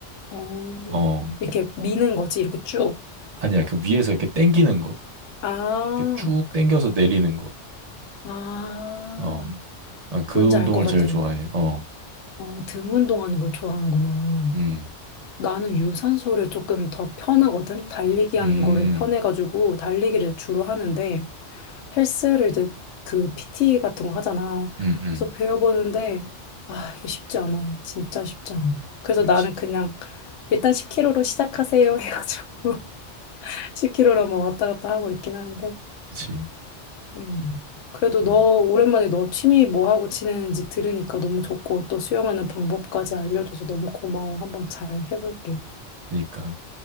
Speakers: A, on the left; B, on the right.
A: 어,
B: 어,
A: 이렇게 미는 거지, 이렇게 쭉.
B: 아니야. 그 위에서 이렇게 당기는 거.
A: 아,
B: 이렇게 쭉 당겨서 내리는 거.
A: 아,
B: 어, 난 그
A: 뭔지
B: 운동을
A: 알 것 같아.
B: 제일 좋아해. 어,
A: 어, 등 운동하는 걸 좋아하는구나.
B: 음,
A: 나는 유산소를 조금 더 편하거든. 달리기
B: 음.
A: 하는 거를 편해가지고 달리기를 주로 하는데 헬스를 이제 그 PT 같은 거 하잖아.
B: 응응
A: 그래서 배워보는데 아, 이게 쉽지 않아. 진짜 쉽지 않아. 그래서
B: 그치,
A: 나는 그냥 일단 10kg로 시작하세요 해가지고 <laughs> 10kg로 뭐 왔다 갔다 하고 있긴 하는데
B: 그치.
A: 음. 그래도
B: 어,
A: 너 오랜만에 너 취미 뭐 하고 지내는지 들으니까 너무 좋고 또 수영하는 방법까지 알려줘서 너무 고마워. 한번 잘 해볼게.
B: 그니까.